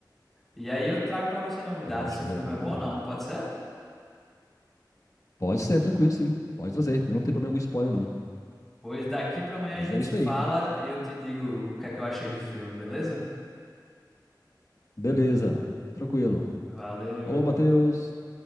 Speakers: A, in the centre; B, on the left.
A: E aí eu trago para você novidades
B: ótimo,
A: se o filme
B: bom, bom.
A: é bom ou não, pode ser?
B: Pode ser, tranquilo, sim. Pode trazer. Eu não tenho problema com spoiler, não.
A: Pois daqui para amanhã
B: Mas
A: a gente
B: é isso
A: se fala
B: aí.
A: e eu te digo o que é que eu achei do filme, beleza?
B: Beleza, tranquilo.
A: Valeu.
B: Alô, Matheus.